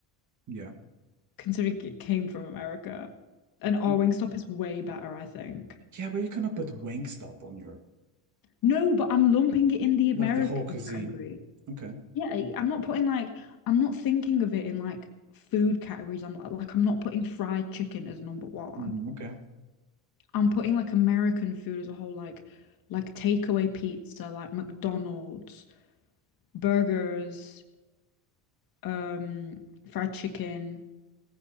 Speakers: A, on the right; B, on the left.
A: Yeah.
B: considering it came from America. And our
A: W-
B: Wingstop is way better, I think.
A: Yeah, but you cannot put Wingstop on your
B: No, but I'm lumping it in the American
A: like the whole cuisine.
B: category.
A: Okay.
B: Yeah, I- I'm not putting like I'm not thinking of it in like food categories. I'm like I'm not putting fried chicken as number one.
A: Mm, okay.
B: I'm putting like American food as a whole, like like takeaway pizza, like McDonald's, burgers, um, fried chicken